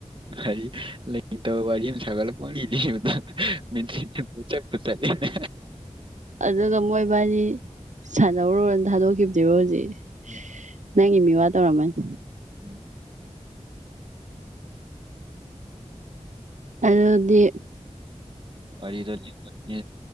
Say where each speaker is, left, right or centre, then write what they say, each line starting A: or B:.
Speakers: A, on the right (about 45°); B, on the right (about 80°).
A: ꯀꯔꯤ ꯂꯩꯇꯕ ꯋꯥꯔꯤ ꯑꯃ ꯁꯥꯒꯠꯂ ꯄꯨꯡꯂꯤ ꯂꯤꯕꯗꯨ <unintelligible> ꯆꯠꯄꯨ ꯆꯠꯂꯤꯅꯦ
B: ꯑꯗꯨꯒ ꯃꯣꯏꯕꯥꯅꯤ ꯁꯥꯟꯅꯧꯔꯣꯅ ꯊꯥꯗꯣꯛꯈꯤꯕꯅꯦꯕ ꯍꯧꯖꯤꯛ
A: <inaudible>
B: ꯅꯪꯒꯤ ꯃꯤ ꯋꯥ ꯇꯧꯔꯝꯃꯅꯤ
A: <inaudible>
B: ꯑꯗꯨꯗꯤ
A: ꯋꯥꯔꯤꯗꯣ ꯂꯤ <unintelligible>